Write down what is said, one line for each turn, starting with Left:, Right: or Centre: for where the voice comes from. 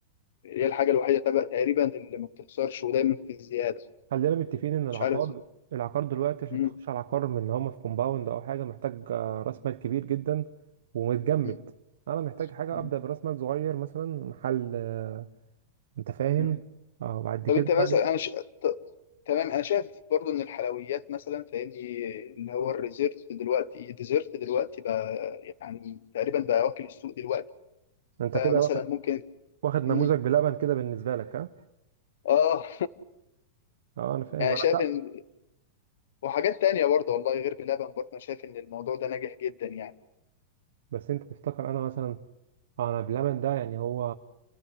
Left: هي الحاجه الوحيده تبقى تقريبا اللي ما بتخسرش ودايما في زياده
Right: خلينا متفقين ان العقار
Left: مش عارف
Right: العقار دلوقتي عشان
Left: مم.
Right: تخش على عقار من اللي هم في كومباوند او حاجه محتاج آه، راس مال كبير جدا ومتجمد
Left: مم.
Right: انا محتاج حاجه
Left: مم.
Right: ابدا براس مال صغير مثلا محل آه، انت فاهم
Left: مم.
Right: اه وبعد
Left: طب
Right: كده
Left: انت مثلا
Right: بقى
Left: انا ش... ط... تمام انا شايف برضو ان الحلويات مثلا فاهمني اللي هو الريزيرت دلوقتي الديزرت دلوقتي بقى يعني تقريبا بقى واكل السوق دلوقتي
Right: انت
Left: فمثلا
Right: كده واخد
Left: ممكن
Right: واخد نموذج
Left: مم.
Right: بلبن كده بالنسبه لك ها
Left: اه
Right: اه
Left: <laughs>
Right: انا فاهم
Left: يعني
Right: انا
Left: شايف
Right: لا،
Left: ان وحاجات تانية برضه والله غير بلبن برضه انا شايف ان الموضوع ده ناجح جدا يعني
Right: بس انت تفتكر انا مثلا انا بلمن ده يعني هو